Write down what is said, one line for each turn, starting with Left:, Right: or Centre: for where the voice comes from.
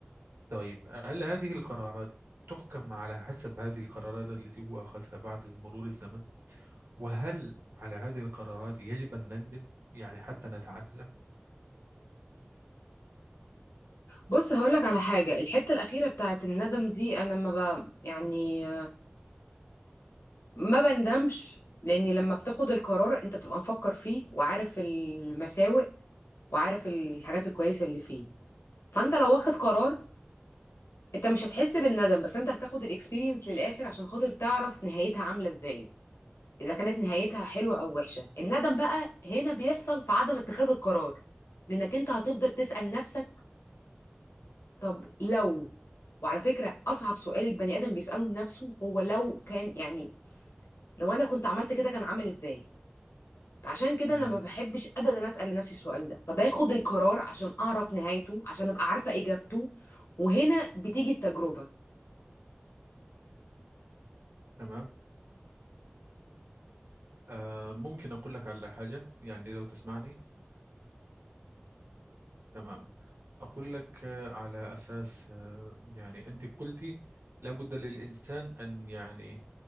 Right: طيب هل هذه القرارات تحكم على حسب هذه القرارات التي هو أخذها بعد مرور الزمن وهل على هذه القرارات يجب أن نندم يعني حتى نتعلم
Left: بص هقولك على حاجه الحته الاخيره بتاعت الندم دي انا ما ب... يعني ما بندمش لان لما بتاخد القرار انت بتبقى مفكر فيه وعارف المساوئ وعارف الحاجات الكويسه اللي فيه فانت لو واخد قرار انت مش هتحس بالندم بس انت هتاخد الاكسبيرينس للاخر عشان خاطر تعرف نهايتها عامله ازاي اذا كانت نهايتها حلوه او وحشه الندم بقى هنا بيحصل في عدم اتخاذ القرار لانك انت هتفضل تسال نفسك طب لو وعلى فكرة أصعب سؤال البني آدم بيسأله لنفسه هو لو كان يعني لو أنا كنت عملت كده كان عامل إزاي فعشان كده
Right: مم.
Left: أنا ما بحبش أبدا أسأل لنفسي السؤال ده فباخد القرار عشان أعرف نهايته عشان أبقى عارفة إجابته وهنا بتيجي التجربة
Right: تمام آه ممكن أقول لك على حاجة يعني لو تسمعني تمام أقول لك آه على أساس آه يعني أنت قلتي لابد للإنسان أن يعني